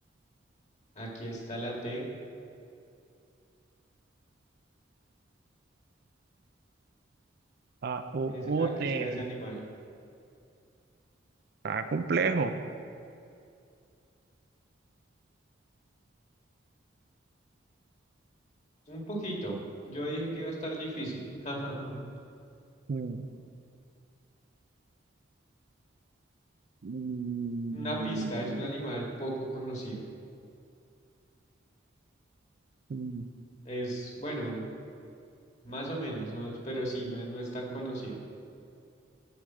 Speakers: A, on the left; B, on the right.
A: Aquí está la T.
B: A, O
A: ¿Qué será?
B: U,
A: ¿Qué
B: T.
A: será ese animal?
B: Está complejo.
A: Un poquito. Yo dije que iba a estar difícil. <laughs>
B: Mm, Mm,
A: Una pista es un animal poco conocido.
B: mm.
A: Es, bueno, más o menos, ¿no? Pero sí, no, es- no es tan conocido.